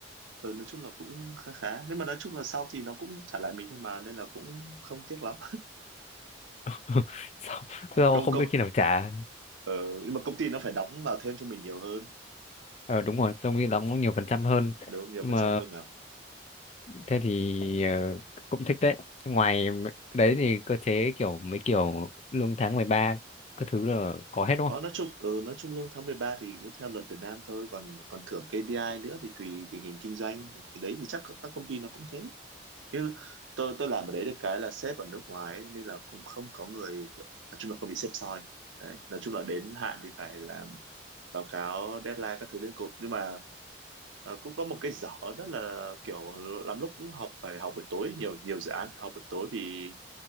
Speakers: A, on the right (about 80°); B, on the left (about 35°).
A: ờ, nói chung là cũng khá khá nhưng mà nói chung là sau thì nó cũng trả lại mình thôi mà nên là cũng không tiếc lắm
B: <laughs> sao, sao
A: công
B: không
A: công
B: biết khi nào trả
A: ờ, nhưng mà công ty nó phải đóng vào thêm cho mình nhiều hơn
B: ờ đúng rồi trong khi đóng nhiều phần trăm hơn
A: đúng không? nhiều
B: nhưng
A: phần
B: mà
A: trăm hơn mà
B: thế thì ờ, cũng thích đấy ngoài m- đấy thì cơ chế kiểu mấy kiểu lương tháng 13 các thứ là có hết đúng
A: có
B: không
A: nói chung ờ, nói chung lương tháng 13 thì cứ theo luật Việt Nam thôi còn còn thưởng KPI nữa thì tùy tình hình kinh doanh thì đấy thì chắc các công ty nó cũng thế chứ tôi tôi làm ở đấy được cái là sếp ở nước ngoài ấy, nên là cũng không có người kiểu, nói chung là không bị sếp soi đấy nói chung là đến hạn thì phải làm báo cáo deadline các thứ liên cục nhưng mà ờ, cũng có một cái dở đó là kiểu lắm lúc cũng học phải học buổi tối nhiều nhiều dự án phải học buổi tối vì